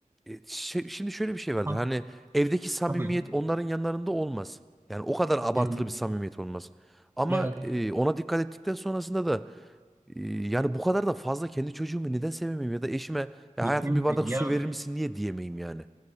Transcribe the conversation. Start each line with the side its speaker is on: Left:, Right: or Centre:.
Centre: E, şey- şimdi şöyle bir şey vardı.
Right: Ha,
Centre: Hani evdeki samimiyet
Right: tabii.
Centre: onların yanlarında olmaz. Yani o kadar abartılı
Right: Yani,
Centre: bir samimiyet olmaz. Ama
Right: evet
Centre: e, ona dikkat ettikten sonrasında da e, yani bu kadar da fazla kendi çocuğumu neden sevemeyim ya da eşime "Ya
Right: kesinlikle
Centre: hayatım bir bardak su
Right: ya
Centre: verir misin niye diyemeyim yani.